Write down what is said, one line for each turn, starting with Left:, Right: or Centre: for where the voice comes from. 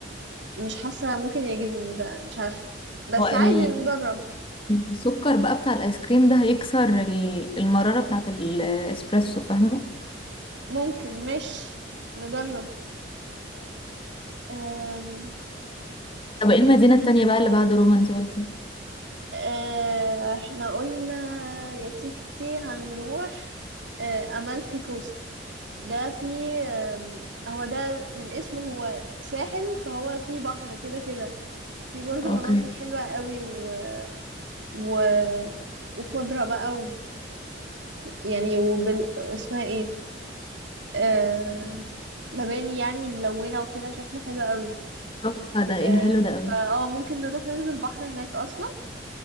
Right: مش حاسة ممكن يعجبني بقى مش عارفة بس
Left: هو ال-
Right: عادي نجرب
Left: السكر بقى بتاع الايس كريم ده هيكسر ال- المرارة بتاعت الاسبريسو فاهمة
Right: ممكن مش نجرب أم...
Left: طب ايه المدينة التانية بقى اللي بعد روما انت قلتي
Right: أه... احنا قلنا يا ستي هنروح أه... أمالفي كوست ده في أم... هو ده من اسمه هو ساحل فهو في بحر كده كده في برضه
Left: اوكي
Right: مناظر حلوة قوي و... و... وخضرة بقى ويعني وبال... اسمها ايه أه... مباني يعني ملونة وكده شكله حلو قوي
Left: تحفة ده
Right: أه...
Left: ايه ده حلو ده قوي
Right: فاه ممكن نروح ننزل بحر هناك أصلا